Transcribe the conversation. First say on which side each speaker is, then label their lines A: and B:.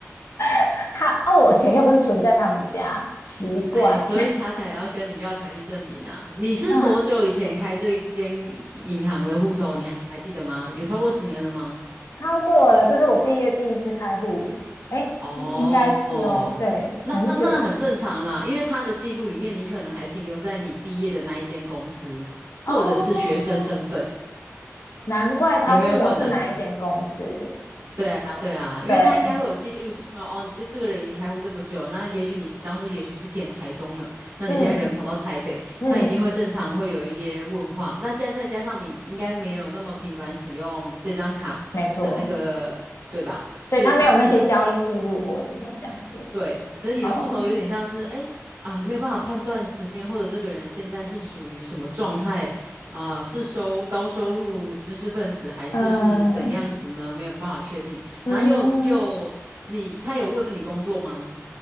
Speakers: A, on the left (about 65°); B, on the right (about 60°).
A: <laughs> 他啊，我钱又不是存在他们家，奇怪
B: 哎，所以他才要跟你要财力证明啊。你是多久以前开这间银行的户头？
A: 啊，
B: 你还还记得吗？有超过十年了吗？
A: 超过了，这是我毕业第一次开户，诶，
B: 哦哦，
A: 应应该是哦，对，
B: 那那很正常啦，
A: 很久
B: 因为他的记录里面，你可能还停留在你毕业的那一间公司，或者是学生身份，
A: 哦，难怪他问我是哪一间公司。
B: 也没有可能。对啊，对啊，因为他应该会有记录说，
A: 对，
B: 哦，你这这个人已经开户这么久，那也许你当初也许是填台中了，那你现在人跑到台北，
A: 嗯嗯，
B: 他一定会正常会有一些问话。那再再加上你应该没有那么频繁使用这张卡的那个，
A: 没错，
B: 对吧？
A: 所以他没有那些交易记录或什么这样子。
B: 所以一定对，所以你的户头有点像是，
A: 哦，
B: 哎啊，没有办法判断十年后的这个人现在是属于什么状态啊，是收高收入知识分子还是是怎样子呢？
A: 嗯
B: 没有办法确定。
A: 嗯，
B: 然后又又你他有问你工作吗？